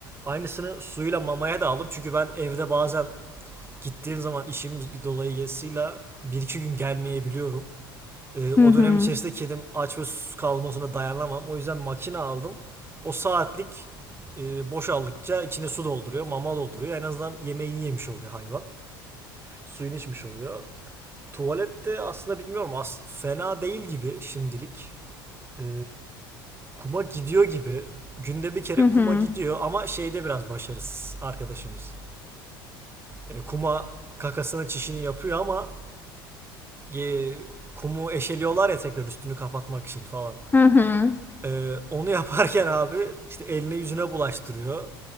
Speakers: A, on the right; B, on the left.
A: Aynısını suyla mamaya da aldım. Çünkü ben evde bazen gittiğim zaman işim dolayısıyla bir iki gün gelmeyebiliyorum. Ee, o
B: Hı hı.
A: dönem içerisinde kedim aç ve susuz kalmasına dayanamam. O yüzden makine aldım. O saatlik e, boşaldıkça içine su dolduruyor, mama dolduruyor. En azından yemeğini yemiş oluyor hayvan. Suyunu içmiş oluyor. Tuvalette aslında bilmiyorum as fena değil gibi şimdilik. Ee, kuma gidiyor gibi. Günde bir kere
B: Hı hı.
A: kuma gidiyor ama şeyde biraz başarısız arkadaşımız. Ee, kuma kakasını çişini yapıyor ama e, kumu eşeliyorlar ya tekrar üstünü kapatmak için falan.
B: Hı hı.
A: Ee, onu yaparken abi işte eline yüzüne bulaştırıyor.